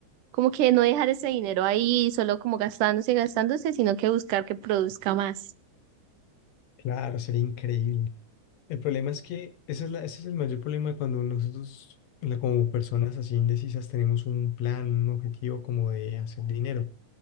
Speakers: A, on the right (about 85°); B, on the left (about 70°).
A: Como que no dejar ese dinero ahí solo como gastándose y gastándose, sino que buscar que produzca más.
B: Claro, sería increíble. El problema es que ese es la, ese es el mayor problema cuando nosotros, la- como personas así indecisas, tenemos un plan, un objetivo como de hacer dinero,